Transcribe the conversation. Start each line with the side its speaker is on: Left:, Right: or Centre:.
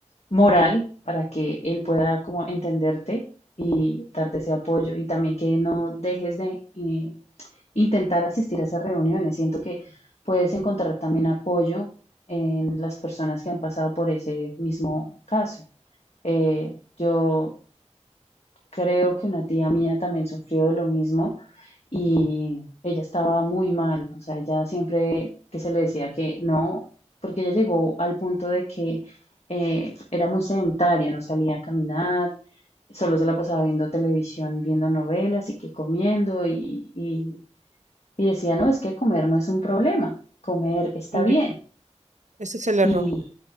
Left: moral, para que él pueda como entenderte y darte ese apoyo. Y también que no dejes de eh, intentar asistir a esas reuniones. Siento que puedes encontrar también apoyo en las personas que han pasado por ese mismo caso. Eh, yo creo que una tía mía también sufrió de lo mismo y ella estaba muy mal, o sea, ella siempre que se le decía que no, porque ella llegó al punto de que eh, era muy sedentaria, no salía a caminar, solo se la pasaba viendo televisión, viendo novelas y que comiendo y, y, y decía, no, es que comer no es un problema, comer está
Right: ya.
Left: bien.
Right: Ese es el error.
Left: Y,